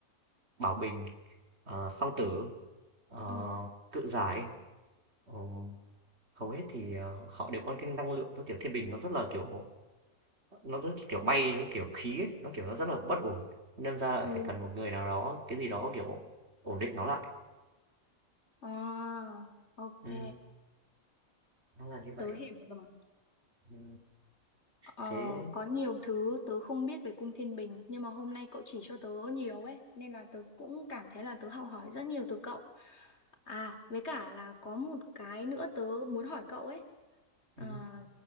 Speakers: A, on the right (about 50°); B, on the left (about 50°).
A: Bảo Bình, ờ, Song Tử, ờ,
B: ờ
A: Cự Giải. Ừm, hầu hết thì ờ, họ đều có cái năng lượng giống kiểu Thiên Bình nó rất là kiểu nó rất kiểu bay nó kiểu khí ấy, nó kiểu nó rất là bất ổn đâm ra là
B: Ồ.
A: phải cần một người nào đó cái gì đó kiểu ổn định nó lại
B: ờ ok
A: ừ, nó là như vậy
B: tớ hiểu rồi
A: ừ,
B: Ờ,
A: thế
B: có nhiều thứ tớ không biết về cung Thiên Bình nhưng mà hôm nay cậu chỉ cho tớ nhiều ấy nên là tớ cũng cảm thấy là tớ học hỏi rất nhiều từ cậu. À, với cả là có một cái nữa tớ muốn hỏi cậu ấy. À,
A: ừ,